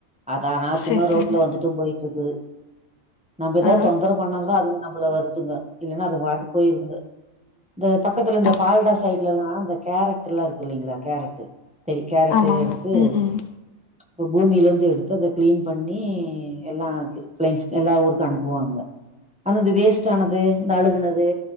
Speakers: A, in the centre; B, on the left (about 75°).
A: அதான் நான்
B: சரி
A: சும்மா
B: சரி
A: ரோட்ல வந்துட்டு போயிட்டு இருக்கு நம்
B: ஆ
A: தொந்தரவு பண்ணாம தான் அதுங்க நம்மள வருதுங்க இல்லன்னா அது பாட்டு போயிருங்க இந்த பக்கத்துல இந்த
B: ஆ
A: பால்டா சைட்லலாம் அ கேரட் எல்லாம் இருக்கு இல்லைங்களா கேரட்டு் பெரிய கேரட்
B: ஆமாங்க
A: எடுத்து
B: ம் ம்
A: இப்ப பூமில இருந்து எடுத்து அத கிளீன் பண்ணி எல்லாம் எல்லா ஊருக்கு அனுப்ப புவாங்க ஆனா இது வேஸ்ட் ஆனது இந்த அழுகுனது